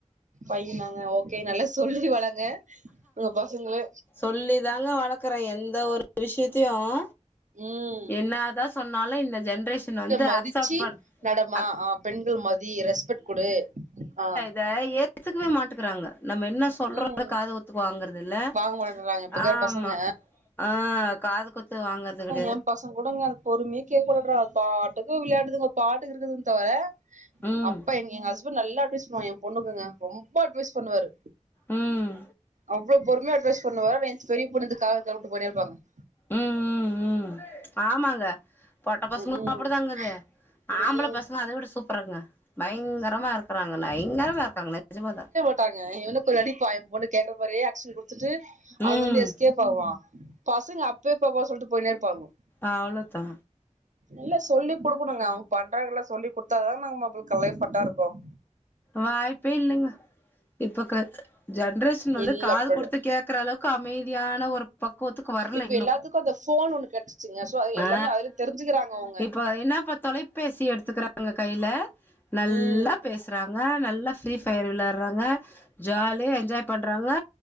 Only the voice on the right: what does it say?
பையனாங்க ஓகே நல்லா சொல்லி வளங்க உங்க பசங்கள
உம்
மதிச்சு
நடமா
அ பெண்கள் மதி ரெஸ்பெட் குடு அ
ம்
வாங்க மாட்டேன்றாங்க இப்ப இருக்கிற
பசங்க
எம்பசங்க கூடங்க பொறுமையே கேக்வுட்ற அது பாட்டுக்கு விளையாடுதுங்க பாட்டுக்கு இருக்குதுங் தவிர
அப்பா எங்க எ ஹஸ்பண்ட் நல்லா அட்வைஸ் பண்ணுவா எம்பொண்ணுக்குங்க ரொம்ப அட்வைஸ் பண்ணுவாரு
அவ்ளோ பொறுமையா அட்வைஸ் பண்ணுவார் எஞ்ச்சி பெரிய பொண்ணு ந்த தாவத்த வுட்டு போயினேருப்பாங்கங்க
ம்
ம்
ம்
க்காங்க எனுக்குன்னாடி ப எம்பொண்ணு கேக்குற மாரியே ஆக் ஷன் குடுத்துட்டு அவுங்க
வந்து எஸ்கேப்பாவான் பசங்க அப்பே போப்போவா சொல்ட்டு போய்னே இருப்பானுவ
இல்ல சொல்லி குடுக்குணுங்க அவுங்க பண்றாங்ல சொல்லி குத்தாதாங் மாப்ள க லைஃப் ட்டாருக்கும்
இல்ல
அப்படி
இப்ப
எல்லாத்துக்கு அந்த போன் ஒண்ணு கிடைச்சிச்சுங்க சோ அது எல்லாமே
அதுல தெரிஞ்சுக்கிறாங்க அவங்க
ம்